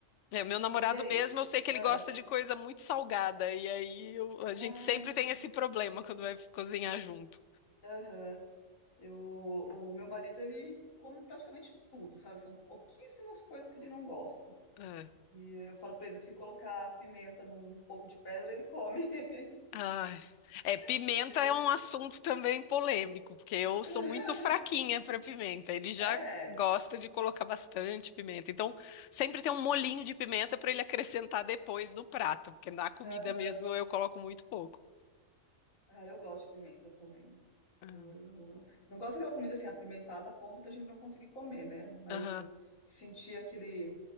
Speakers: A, on the left (about 70°); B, on the left (about 85°).
A: É, meu namorado
B: E aí?
A: mesmo, eu sei que
B: Ah,
A: ele gosta de coisa muito salgada, e aí eu- a gente
B: ah,
A: sempre tem esse problema quando vai cozinhar junto.
B: aham. Eu, o meu marido, ele come praticamente tudo, sabe? São pouquíssimas coisas que ele não gosta.
A: É.
B: E eu falo pra ele, se colocar pimenta num pouco de pedra, ele come, <laughs>
A: Ai. É, pimenta
B: porque...
A: é um assunto também polêmico, porque eu
B: <laughs>
A: sou muito fraquinha para pimenta. Ele já
B: É,
A: gosta de colocar bastante pimenta. Então, sempre tem um molinho de pimenta para ele acrescentar depois no prato, porque na comida
B: aham.
A: mesmo eu coloco muito pouco.
B: Ah, eu gosto de pimenta também.
A: Ah,
B: Eu, eu não gosto daquela comida assim apimentada a ponto da gente não conseguir comer, né? Mas
A: Aham.
B: uh, sentir aquele